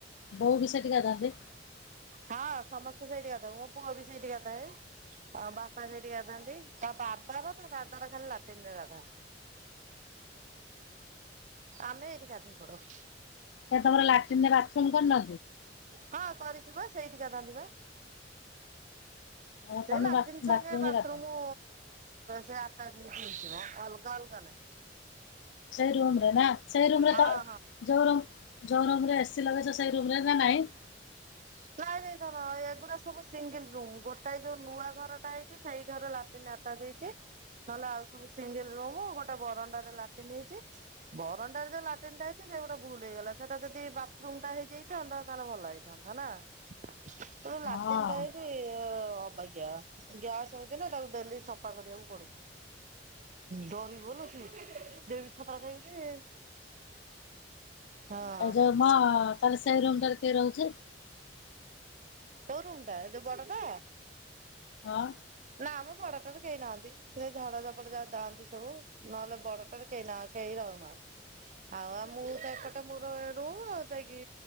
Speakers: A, on the left; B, on the right.
A: ବୋଉ ବି ସେଟି ଗାଧାନ୍ତି।
B: ହଁ ସମସ୍ତେ ସେଇଠି ଗାଧୋଉ ମୋ ପୁଅ ବି ସେଇଠି ଗାଧାଏ। ଆଉ ବାପା ସେଠି ଗାଧାନ୍ତି ତା ବାପାର ତା ଦାଦାର ଖାଲି ଲାଟିନିରେ ଗାଧା। ଆମେ ଏଇଠି ଗାଧେଇପଡୁ।
A: କାଇଁ ତମର ଲାଟିନରେ ବାଥରୁମ କରିନ?
B: ହଁ କରିଛୁ ବା ସେଇଠି ଗାଧାନ୍ତି ବା
A: ଓ
B: ସେ
A: ତମେ
B: ଲାଟିନ୍
A: ବା
B: ସାଙ୍ଗେ ବାଥରୁମ
A: ରେ ଗାଧାଅ।
B: ସେ ଆଟାଚ ହେଇକିି ହେଇଚି ମ। ଅଲଗା -ଅଲଗା ନାହିଁ।
A: ସେଇ ରୁମରେ ନା ସେଇ ରୁମ ରେ
B: ହଁ
A: ତ ତୋର ଯୋଉ ରୁମରେ ଏସି ଲଗେଇଛ ସେଇ ରୁମରେ ନା ନାହିଁ।
B: ହ <unintelligible> ନାଇଁ ନାଇଁ ଧର ଏଗୁଡ଼ା ସବୁ ସିଙ୍ଗଲ ରୁମ ଗୋଟାଏ ଯୋଉ ନୂଆ ଘରଟା ହେଇଛି ସେଇ ଘରେ ଲାଟିନ ଆଟାଜ ହେଇଛି ନହେଲେ ଆଉ ସବୁ ସିଙ୍ଗଲ ରୁମ ଗୋଟେ ବରଣ୍ଡାରେ ଲାଟିନ ହେଇଛି ତ ବରଣ୍ଡାରେ ଯୋଉ ଲାଟିନଟା ହେଇଛି ସେଇଠୁ ଭୁଲ ହେଇଗଲା ସେଟା ଯଦି ବାଥରୁମଟା ହେଇ ହେଇଥାନ୍ତା ତାହେଲେ ଭଲ ହେଇଥାନ୍ତା ନା
A: ହଁ।
B: ଲାଟିନଟା ହେଇ ଅବାଗ୍ୟା ଗ୍ୟାସ ହଉଛି ନା ତାକୁ ଡେଲି ସଫା କରିବାକୁ ପଡୁଛି। ଡରିଵ ଲୋ ଦେବି! !!!!!!!!! ଯେ ହଁ
A: ଯୋଉ ନୂଆ ତାହଲେ ସେଇ ରୁମଟାରେ କିଏ ରହୁଛି?
B: କୋଉ ରୁମଟା ଯୋଉ ବଡ଼ ଟା?
A: ହଁ।
B: ନା ମ ବଡ଼ଟାରେ କେହି ନାହାନ୍ତି। ସେ ଝାଡ଼ା ଝପ୍ଡ଼ ଯାହା ଯାଆନ୍ତି ସବୁ ନହେଲେ ବଡ଼ଟାରେ କେହି ନା କେହି ରହୁନାହାନ୍ତି? ଆଉ -ଆଉ ମୁଁ ତ ଏପଟେ ମୋର ରୁହ ଆଉ ଯାଇକି